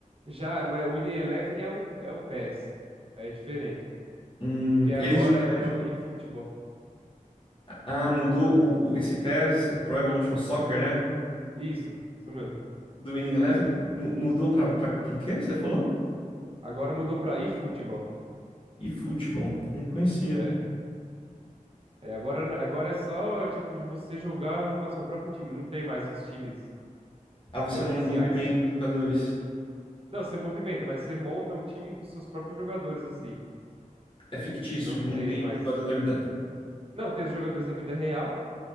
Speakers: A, on the right; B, on the left.
A: Já, mas o EA Eleven é o, é o PES. É diferente.
B: Hum,
A: Que agora
B: ele existe até
A: é
B: hoje?
A: o eFootball.
B: Ah, mudou o, o- esse PES, Pro Evolution Soccer, né?
A: Isso, isso mesmo.
B: Do Winning Eleven, mu- mudou pra, pra, pro quê? Você falou?
A: Agora mudou pra eFootball.
B: E futebol? Não conhecia.
A: É. É, agora, não- agora é só, tipo, de você jogar, montar seu próprio time. Não tem mais os times,
B: Ah, você
A: é, oficiais.
B: não movimenta os jogadores.
A: Não, você movimenta, mas você monta um time com seus próprios jogadores, assim.
B: É fictício,
A: Não tem
B: não tem
A: mais.
B: jogador da vida.
A: Não, tem os jogadores da vida real,